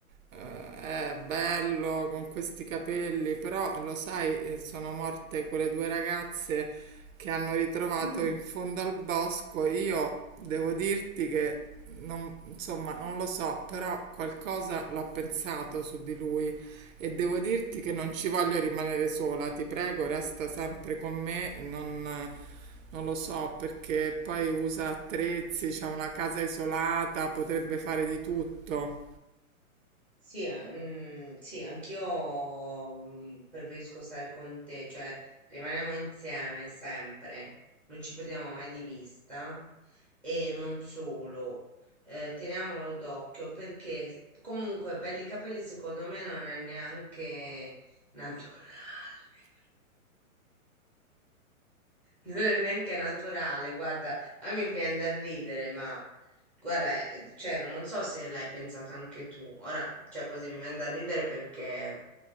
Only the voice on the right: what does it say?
eh, è bello con questi capelli, però lo sai, eh, sono morte quelle due ragazze che hanno ritrovato
in fondo al bosco. Io devo dirti che, non, insomma, non lo so, però qualcosa l'ho pensato su di lui e devo dirti che non ci voglio rimanere sola, ti prego, resta sempre con me, non... Non lo so, perché poi usa attrezzi, c'ha una casa isolata, potrebbe fare di tutto.